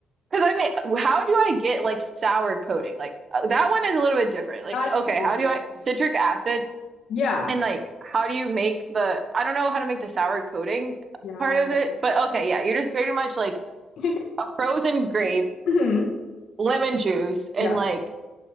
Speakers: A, on the right; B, on the left.
A: Because I mean, how do I get like sour coating? Like uh, that one is a little bit different. Like
B: <laughs> That's
A: okay,
B: true.
A: how do I citric acid?
B: Yeah.
A: And like, how do you make the, I don't know how to make the sour coating
B: Yeah.
A: part of it, but okay, yeah, you're just pretty much like
B: <laughs>
A: a frozen grape,
B: Mhm.
A: lemon juice, and
B: Yeah.
A: like